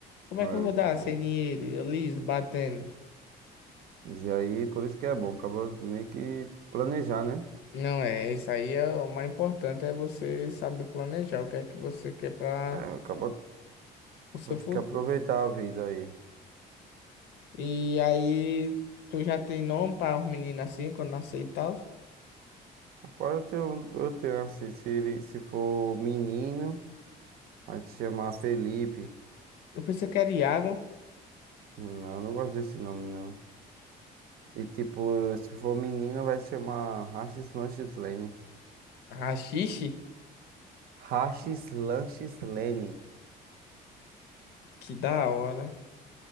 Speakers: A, on the left (about 85°); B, on the right (about 65°).
A: Como é
B: É,
A: que eu vou dar
B: bom.
A: sem dinheiro? Eu liso, batendo.
B: E aí, por isso que é bom, acaba meio que planejar, né?
A: Não é, isso aí é o mais importante é você saber planejar o que é que você quer para
B: É, acaba
A: o seu
B: vou ter
A: futuro.
B: que aproveitar a vida aí.
A: E aí, tu já tem nome para os meninos assim, quando nascer e tal?
B: Rapaz, eu tenho, eu tenho assim, se ele, se for menino, vai te chamar Felipe.
A: Eu pensei que era Iago.
B: Não, eu não gosto desse nome, não. E tipo, se for menina, vai se chamar Rachis Lanches Lane.
A: Ah, xixi?
B: Rachis Lanches Lane.
A: Que da hora.